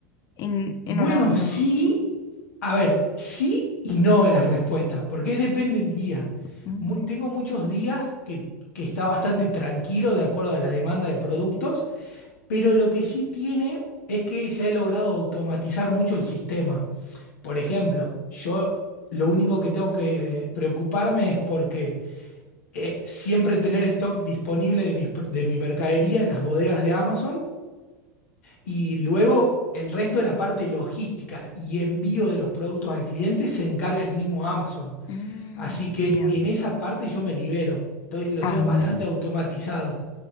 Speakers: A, on the left (about 40°); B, on the left (about 60°).
A: En, en
B: Bueno,
A: horario.
B: sí. A ver, sí y no es la respuesta, porque es depende del día.
A: Mm,
B: Mu- tengo muchos días que, que está bastante tranquilo de acuerdo a la demanda de productos, pero lo que sí tiene es que ya he logrado automatizar mucho el sistema. Por ejemplo, yo lo único que tengo que eh, preocuparme es porque eh, siempre tener stock disponible de, mis pr- de mi mercadería en las bodegas de Amazon y luego el resto de la parte logística y envío de los productos al cliente se encarga el mismo Amazon.
A: mm,
B: Así que
A: ya.
B: en esa parte yo me libero. Estoy- lo
A: Ah,
B: tengo bastante
A: bueno,
B: automatizado.